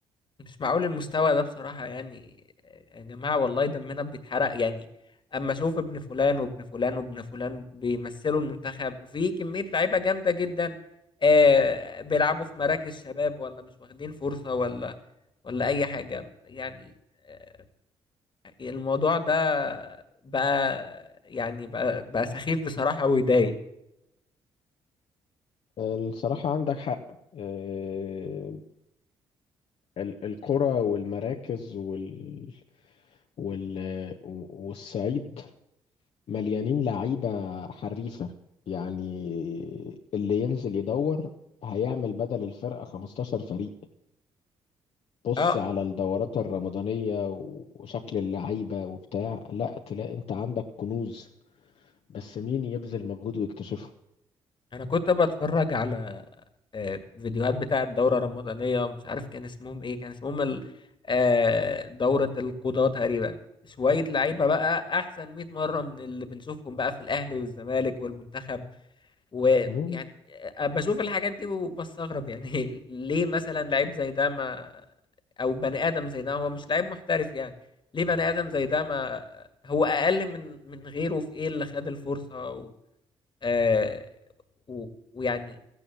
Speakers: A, on the left; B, on the left.
A: مش معقول المستوى ده بصراحة يعني آه، يا جماعة والله دمنا بيتحرق يعني أما أشوف ابن فلان وابن فلان وابن فلان بيمثلوا المنتخب وفي كمية لعيبة جامدة جدا آه بيلعبوا في مراكز شباب ولا مش واخدين فرصة ولا ولا أي حاجة يعني آه الموضوع ده بقى يعني بقى, بقى سخيف بصراحة ويضايق
B: الصراحة عندك حق آه، ال- القرى والمراكز وال... وال... والصعيد مليانين لعيبة حريفة يعني اللي ينزل يدور هيعمل بدل الفرقة 15 فريق بص
A: اه
B: على الدورات الرمضانية وشكل اللعيبة وبتاع لا تلاقي انت عندك كنوز بس مين يبذل مجهود ويكتشفه
A: انا كنت بتفرج على آه، فيديوهات بتاعه الدوره الرمضانيه مش عارف كان اسمهم ايه كان اسمهم ال- آه، دوره القضاه تقريبا شويه لعيبه بقى احسن 100 مره من اللي بنشوفهم بقى في الاهلي والزمالك والمنتخب ويعني
B: مم.
A: آه، بشوف الحاجات دي وبستغرب يعني <laughs> ليه مثلا لعيب زي ده ما او بني ادم زي ده هو مش لعيب محترف يعني ليه بني ادم زي ده ما هو اقل من من غيره في ايه اللي خد الفرصه آه، و- ويعني